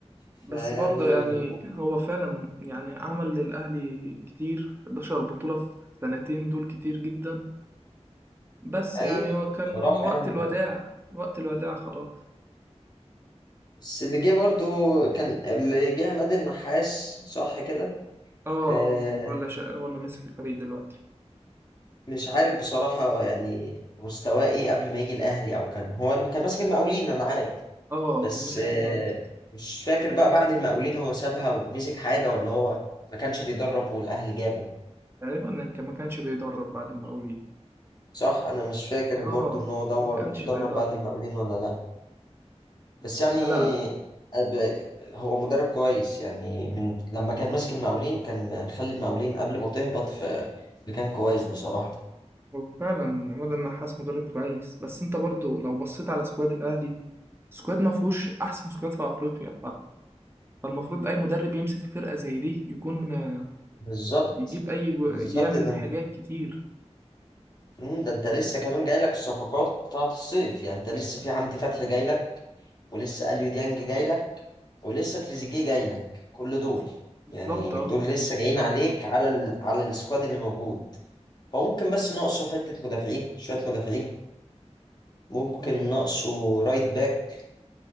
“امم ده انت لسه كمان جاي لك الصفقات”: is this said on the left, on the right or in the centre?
Left